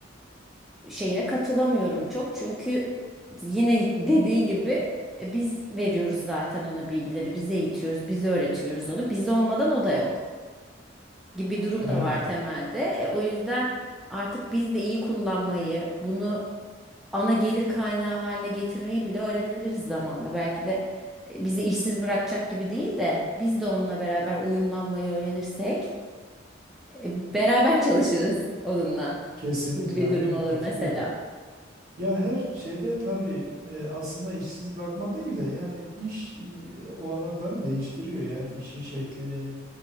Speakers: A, in the centre; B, on the right (about 50°).
A: şeyine katılamıyorum çok. Çünkü yine dediği gibi e, biz veriyoruz zaten ona bilgileri, biz eğitiyoruz, biz öğretiyoruz onu. Biz olmadan o da yok gibi durum
B: Aynen.
A: da var temelde. E, o yüzden artık biz de iyi kullanmayı, bunu ana gelir kaynağı haline getirmeyi bile öğrenebiliriz zamanla. Belki de e, bizi işsiz bırakacak gibi değil de biz de onunla beraber uyumlanmayı öğrenirsek e, beraber çalışırız onunla
B: Kesinlikle
A: gibi bir
B: aynen
A: durum olur
B: katılıyorum.
A: mesela.
B: Ya her şeyde tabii e, aslında işsiz bırakma değil de yani iş im- e, olanaklarını değiştiriyor. Yani işin şeklini,